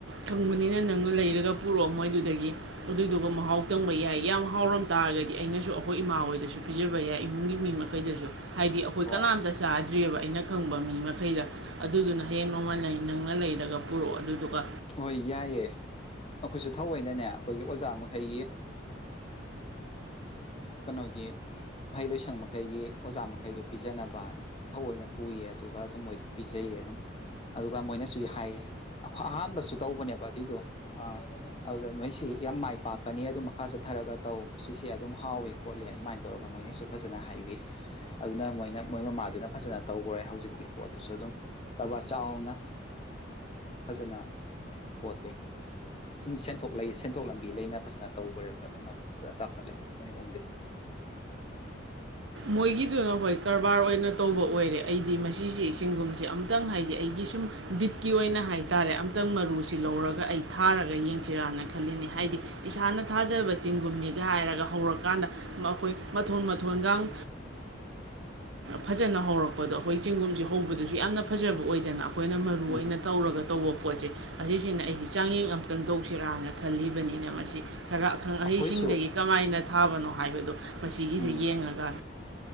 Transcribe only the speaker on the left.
ꯎꯝ
ꯍꯣꯏ
ꯎꯝ
ꯍꯣꯏ ꯌꯥꯏꯌꯦꯦ ꯑꯩꯈꯣꯏꯁꯨ ꯊꯧꯑꯣꯏꯅꯅꯦ ꯑꯩꯈꯣꯏꯒꯤ ꯑꯣꯖꯥ ꯃꯈꯩꯒꯤ ꯀꯩꯅꯣꯒꯤ ꯃꯍꯩ ꯂꯣꯏꯁꯪ ꯃꯈꯩꯒꯤ ꯑꯣꯖꯥ ꯃꯈꯩꯗꯣ ꯄꯤꯖꯅꯕꯅ ꯊꯑꯣꯏꯅ ꯄꯨꯌꯦ ꯑꯗꯨꯒ ꯑꯗꯨꯝ ꯃꯣꯏꯗ ꯄꯤꯖꯩꯌꯦ ꯑꯗꯨꯝ ꯑꯗꯨꯒ ꯃꯣꯏꯅꯁꯨ ꯍꯥꯏꯌꯦ ꯑꯩꯈꯣꯏ ꯑꯍꯥꯟꯕꯁꯨ ꯁꯨ ꯇꯧꯕꯅꯦꯕ ꯑꯗꯨꯏꯗꯣ ꯑꯗꯨꯗ ꯅꯣꯏꯁꯤ ꯌꯥꯝ ꯃꯥꯏ ꯄꯥꯛꯀꯅꯤ ꯑꯗꯨ ꯃꯈꯥ ꯆꯠꯊꯔꯒ ꯇꯧ ꯁꯤꯁꯦ ꯑꯗꯨꯝ ꯍꯥꯎꯋ ꯈꯣꯠꯂꯤ ꯑꯗꯨꯃꯥꯏꯅ ꯇꯧꯔꯒ ꯃꯣꯏꯅꯁꯨ ꯐꯖꯅ ꯍꯥꯏꯕꯤ ꯑꯗꯨꯅ ꯃꯣꯏꯅ ꯃꯣꯏ ꯃꯃꯥꯗꯨꯅ ꯐꯖꯅ ꯇꯧꯈꯔꯦ ꯍꯧꯖꯤꯛꯀꯤ ꯄꯣꯠꯇꯨꯁꯨ ꯑꯗꯨꯝ ꯀꯕꯥ ꯆꯥꯎꯅ ꯐꯖꯅ ꯄꯣꯠꯇꯣ ꯁꯦꯟꯊꯣꯛ ꯂꯩ ꯁꯦꯟꯊꯣꯛ ꯂꯝꯕꯤ ꯂꯩꯅ ꯐꯖꯅ ꯇꯧꯈ꯭ꯔꯦꯕ ꯑꯗꯨꯝ ꯑꯗꯨꯅ ꯐꯖꯅ ꯆꯥꯎꯈꯠꯂꯦ ꯃꯣꯏ ꯃꯨꯡꯗꯤ
ꯎꯝ
ꯑꯩꯈꯣꯏꯁꯨ
ꯎꯝ